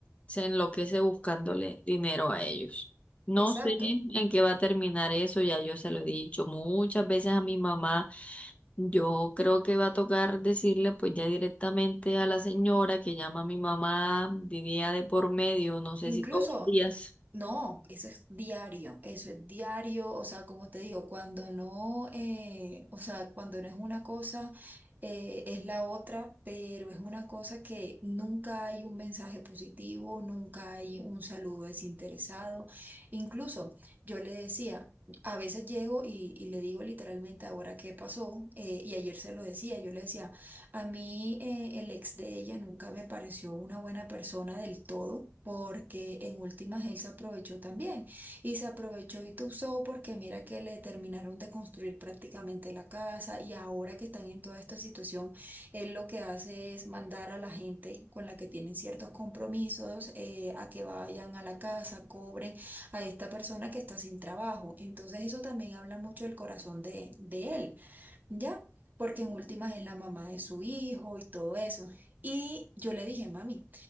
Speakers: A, on the left; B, on the right.
A: se enloquece buscándole dinero a ellos. No
B: Exacto.
A: sé en qué va a terminar eso, ya yo se lo he dicho muchas veces a mi mamá. Yo creo que va a tocar decirle pues ya directamente a la señora que llama a mi mamá día de por medio, no sé
B: Incluso,
A: si todos los días.
B: no, eso es diario, eso es diario, o sea, como te digo, cuando no, eh, o sea, cuando no es una cosa, eh, es la otra, pero es una cosa que nunca hay un mensaje positivo, nunca hay un saludo desinteresado. Incluso yo le decía, a veces llego y, y le digo literalmente ahora qué pasó, eh, y ayer se lo decía, yo le decía, a mí eh, el ex de ella nunca me pareció una buena persona del todo porque en últimas él se aprovechó también y se aprovechó y tuzó porque mira que le terminaron de construir prácticamente la casa y ahora que están en toda esta situación, él lo que hace es mandar a la gente con la que tienen ciertos compromisos eh, a que vayan a la casa, cobren a esta persona que está sin trabajo. Entonces eso también habla mucho del corazón de de él ¿ya? Porque en últimas es la mamá de su hijo y todo eso. Y yo le dije, mami,